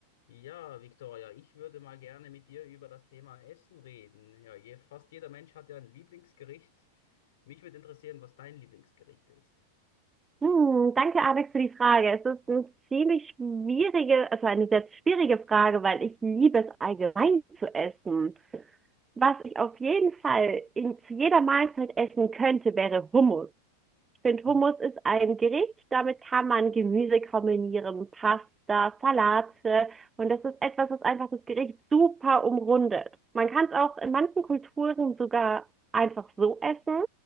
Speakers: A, on the left (about 55°); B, on the right (about 15°).
A: Ja, Victoria, ich würde mal gerne mit dir über das Thema Essen reden. Ja, je, fast jeder Mensch hat ja ein Lieblingsgericht. Mich würde interessieren, was dein Lieblingsgericht ist.
B: Hm, danke, Alex, für die Frage. Es ist eine ziemlich schwierige, also eine sehr schwierige Frage, weil ich liebe es allgemein zu essen. Was ich auf jeden Fall in, zu jeder Mahlzeit essen könnte, wäre Hummus finde,
A: Hm.
B: Hummus ist ein Gericht, damit kann man Gemüse kombinieren, Pasta, Salate. Und das ist etwas, was einfach das Gericht super umrundet. Man kann es auch in manchen Kulturen sogar einfach so essen.